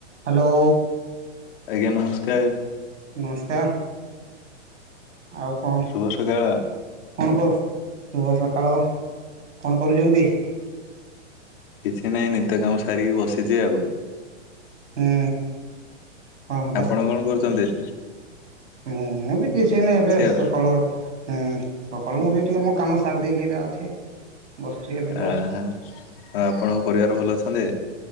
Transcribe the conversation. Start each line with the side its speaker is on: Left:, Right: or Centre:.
Right: Hello.
Left: ଆଜ୍ଞା ନମସ୍କାର।
Right: ନମସ୍କାର ଆଉ କଣ
Left: ଶୁଭ ସକାଳ
Right: କଣ କରୁ ଶୁଭ ସକାଳ କଣ କରୁଚନ୍ତି?
Left: କିଛି ନାହିଁ ନିତ୍ୟ କାମ ସାରିକି ବସିଚି ଆଉ।
Right: ହୁଁ। କଣ
Left: ଆପଣ କଣ କରୁଚନ୍ତି?
Right: ମୁଁ ମୁଁ ବି କିଛି ନାହିଁ ଏବେ
Left: ଆଉ
Right: ସକାଳ ହୁଁ ସକାଳୁ ମୁଁ ବି ଟିକେ ମୋ କାମ ସାରି ଦେଇକି ଏଟା ଅଛି। ବସଚି ଏବେ
Left: ଆହା
Right: ଜଷ୍ଟ
Left: ଆଉ ଆପଣଙ୍କ ପରିବାର ଭଲ ଅଛନ୍ତି?